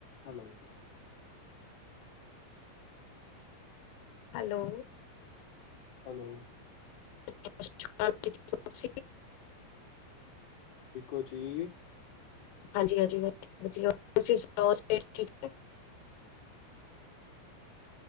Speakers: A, on the left (about 25°); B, on the left (about 80°).
A: ਹੈਲੋ।
B: ਹੈਲੋ।
A: ਹੈਲੋ।
B: ਸਤਿ ਸ੍ਰੀ ਅਕਾਲ ਜੀ ਹੋ ਤੁਸੀਂ?
A: ਠੀਕ ਹੋ ਜੀ?
B: ਹਾਂਜੀ-ਹਾਂਜੀ ਵਧੀਆ ਤੁਸੀਂ ਸੁਣਾਓ ਸਿਹਤ ਠੀਕ ਹੈ।